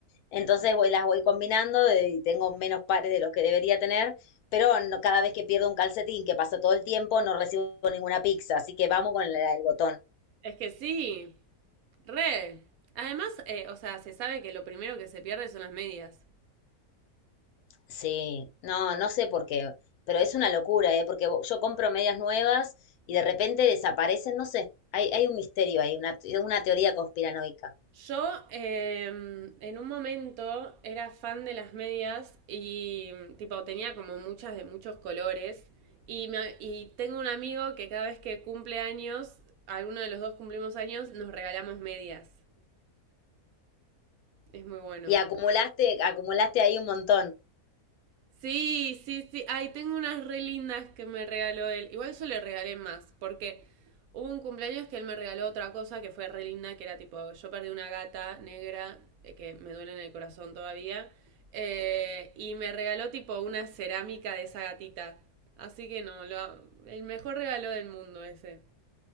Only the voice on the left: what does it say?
Entonces voy, las voy combinando eh, y tengo menos pares de los que debería tener. Pero no- cada vez que pierdo un calcetín, que pasa todo el tiempo, no recibo ninguna pizza. Así que vamos con la del botón.
Sí, no, no sé por qué, pero es una locura, ¿eh? Porque yo compro medias nuevas y de repente desaparecen, no sé, hay, hay un misterio ahí, una, una teoría conspiranoica.
Y acumulaste, acumulaste ahí un montón.